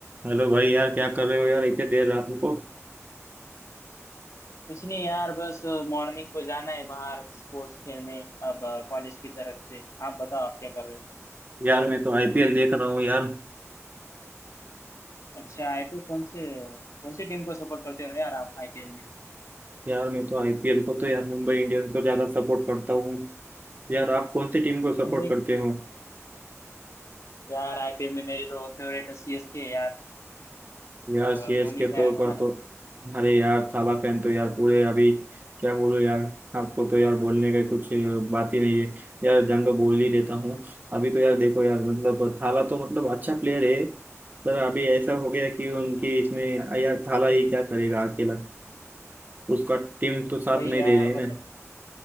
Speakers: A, on the right; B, on the left.
A: Hello भाई यार क्या कर रहे हो यार इतने देर रात को
B: कुछ नहीं यार बस मॉर्निंग को जाना है बाहर स्पोर्ट्स खेलने अब कॉलेज की तरफ से आप बताओ आप क्या कर रहे हो
A: यार मैं तो आईपीएल देख रहा हूँ यार
B: अच्छा आईपीएल कौन से कौन सी टीम को सपोर्ट करते हो यार आप आईपीएल में
A: यार मैं तो आईपीएल को तो यार मुंबई इंडियंस को ज्यादा सपोर्ट करता हूँ यार आप कौन सी टीम को
B: मुंबई
A: सपोर्ट करते हो
B: यार आईपीएल में मेरी तो फेवरेट है सीएसके यार
A: यार
B: अ,
A: सीएसके
B: धोनी फैन
A: तो
B: हो
A: का
B: ना
A: तो अरे यार थाला फैन तो यार पूरे अभी क्या बोलूं यार आपको तो यार बोलने का कुछ बात ही नहीं है यार जान तो बोल ही देता हूँ अभी तो यार देखो यार मतलब थाला तो मतलब अच्छा प्लेयर है पर अभी ऐसा हो गया कि उनके इसमें यार थाला ही क्या करेगा अकेला उसका टीम तो साथ
B: वही
A: नहीं
B: यार
A: दे रही
B: मतलब
A: ना